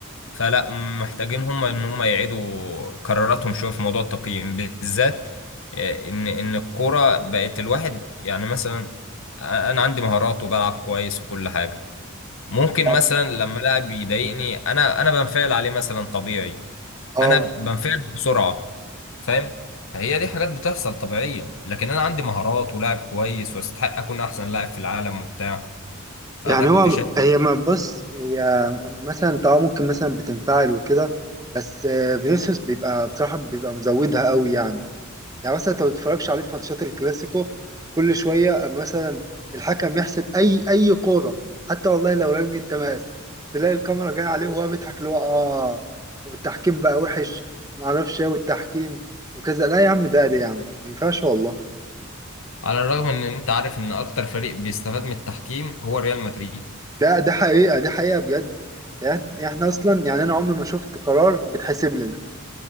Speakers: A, on the left; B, on the right.
A: فلا محتاجين هم ان هم يعيدوا قراراتهم شويه في موضوع التقييم بالذات آه، ان ان الكوره بقت الواحد يعني مثلا انا عندي مهارات وبلعب كويس وكل حاجه ممكن مثلا
B: اه
A: لما لاعب يضايقني انا انا بنفعل عليه مثلا طبيعي
B: آه.
A: انا بنفعل بسرعه فاهم هي دي حاجات بتحصل طبيعيه لكن انا عندي مهارات ولاعب كويس واستحق اكون احسن لاعب في العالم وبتاع فانا
B: يعني
A: كنت
B: هو
A: شايف
B: هي ما بص هي مثلا انت ممكن مثلا بتنفعل وكده بس آه، فينيسيوس بيبقى بصراحة بيبقى مزودها قوي يعني يعني مثلا انت ما بتتفرجش عليه في ماتشات الكلاسيكو كل شويه اما مثلا الحكم يحسب اي اي كوره حتى والله لو رمي التماس تلاقي الكاميرا جايه عليه وهو بيضحك اللي هو اه والتحكيم بقى وحش وما اعرفش ايه والتحكيم وكذا لا يا عم ده ده يا عم ما ينفعش والله
A: على الرغم ان انت عارف ان اكتر فريق بيستفاد من التحكيم هو ريال مدريد
B: ده ده حقيقه ده حقيقه بجد يعني احنا اصلا يعني انا عمري ما شفت قرار بيتحسب لنا